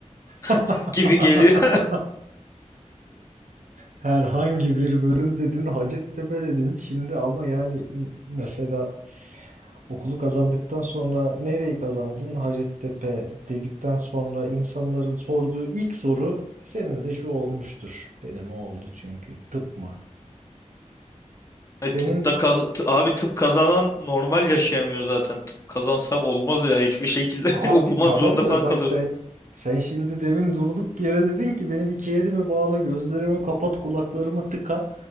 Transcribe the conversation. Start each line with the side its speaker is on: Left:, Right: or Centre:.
Right: <laughs>
Left: <laughs> gibi geliyor. <laughs>
Right: Herhangi bir bölüm dedin, Hacettepe dedin. Şimdi ama yani mesela okulu kazandıktan sonra nereyi kazandın? Hacettepe dedikten sonra insanların sorduğu ilk soru senin de şu olmuştur. Benim o oldu çünkü tıp mı? Senin
Left: Ay, Tıpta kaz t- abi tıp kazanan normal yaşayamıyor zaten. Tıp kazansam olmaz ya hiçbir şekilde
Right: abi
Left: <laughs> okumak
Right: tamam
Left: zorunda
Right: da
Left: falan
Right: bak
Left: kalırım.
Right: sen sen şimdi demin durduk yere dedin ki beni iki elime bağla, gözlerimi kapat, kulaklarımı tıka.